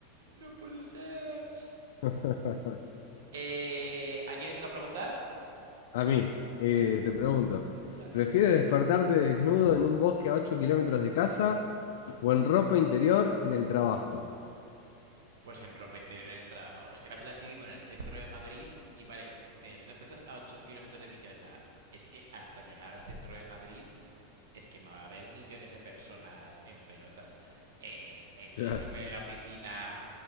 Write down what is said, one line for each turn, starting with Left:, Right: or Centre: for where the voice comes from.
Right: ¡No puede ser!
Left: <laughs>
Right: Eh, ¿a quién le toca preguntar?
Left: A mí, eh,
Right: Vale,
Left: te pregunto,
Right: dale
Left: ¿prefieres
Right: ahí.
Left: despertarte desnudo en un bosque a 8 kilómetros de casa o en ropa interior en el trabajo?
Right: Pues en ropa interior en el trabajo. Es que la puta es que vivo en el centro de Madrid y vale, me, me surten petas a 8 kilómetros de mi casa. Es que hasta llegar al centro de Madrid es que va a haber millones de personas en pelotas. Eh, entonces
Left: Claro.
Right: prefieren la oficina